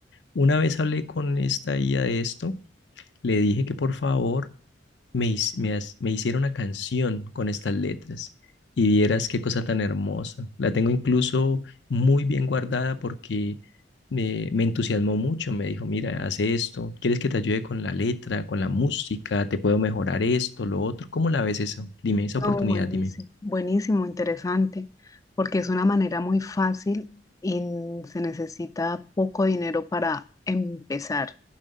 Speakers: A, on the left (about 70°); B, on the left (about 20°).
A: una vez hablé con esta IA de esto, le dije que por favor me, his- me has- me hicieron una canción con estas letras y vieras qué cosa tan hermosa. La tengo incluso muy bien guardada porque me, me entusiasmó mucho. Me dijo, mira, hace esto, ¿quieres que te ayude con la letra, con la música? ¿Te puedo mejorar esto, lo otro? ¿Cómo la ves eso? Dime, esa
B: No,
A: oportunidad,
B: buenísimo,
A: dime.
B: buenísimo, interesante, porque es una manera muy fácil y se necesita poco dinero para empezar.